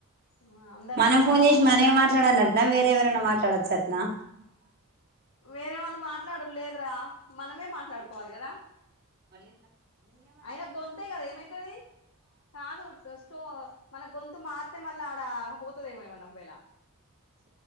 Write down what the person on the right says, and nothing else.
మనం
ఫోన్ చేసి
మనమే మాట్లాడన్నట్న వేరే ఎవరన మళ్ళ మాట్లాడోచనట్నా
మరింద